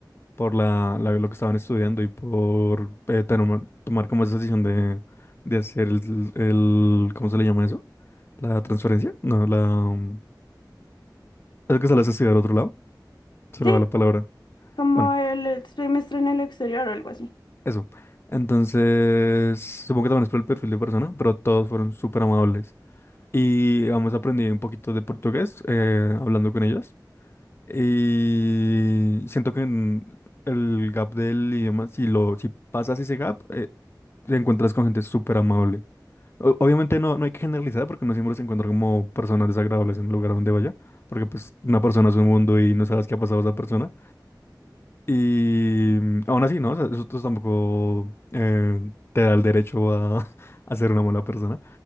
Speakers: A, on the left; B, on the left.
A: por la, la- lo que estaban estudiando y por eh, tener tomar como esa decisión de, de hacer el, el- ¿cómo se le llama eso? La transferencia, no, la... um, Es que se las estudiar a otro lado, se
B: Sí,
A: me va la palabra.
B: como
A: Bueno,
B: el semestre en el exterior o algo así.
A: eso. Entonces, supongo que también es por el perfil de persona, pero todos fueron súper amables. Y vamos aprendí un poquito de portugués eh, hablando con ellos. Y siento que en el gap del idioma, si lo, si pasas ese gap, eh, te encuentras con gente súper amable. O- obviamente no, no hay que generalizar porque no siempre se encuentra como personas desagradables en el lugar donde vaya, porque pues una persona es un mundo y no sabes qué ha pasado a esa persona. Y mm, aún así, ¿no? O sea, eso t- tampoco eh, te da el derecho a, <laughs> a ser una mala persona.